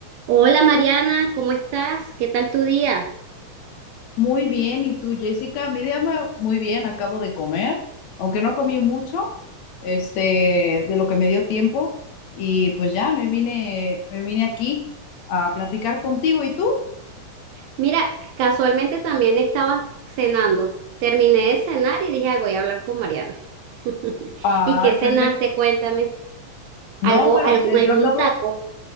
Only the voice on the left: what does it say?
Muy bien, ¿y tú, Jessica? Mi día me- muy bien, acabo de comer, aunque no comí mucho, este, de lo que me dio tiempo, y pues ya me vine, me vine aquí a platicar contigo, ¿y tú?
Ay,
perfecto.
No,
bueno,
mira,
yo acabo,